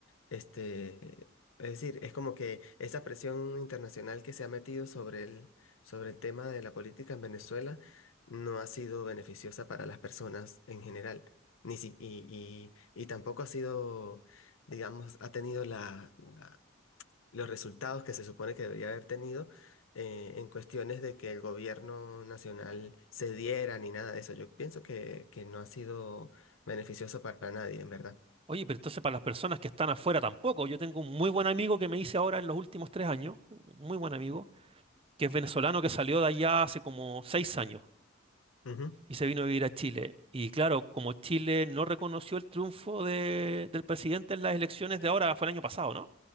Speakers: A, on the left; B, on the right.
A: este, es decir, es como que esa presión internacional que se ha metido sobre el, sobre el tema de la política en Venezuela no ha sido beneficiosa para las personas en general. Ni si, y, y, y tampoco ha sido, digamos, ha tenido la la- los resultados que se supone que debería haber tenido eh, en cuestiones de que el gobierno nacional cediera ni nada de eso. Yo pienso que, que no ha sido beneficioso para nadie, en verdad.
B: Oye, pero entonces para las personas que están afuera tampoco. Yo tengo un muy buen amigo que me hice ahora en los últimos tres años, un muy buen amigo, que es venezolano que salió de allá hace como seis años
A: Ujú.
B: y se vino a vivir a Chile. Y claro, como Chile no reconoció el triunfo de- del presidente en las elecciones de ahora, fue el año pasado, ¿no?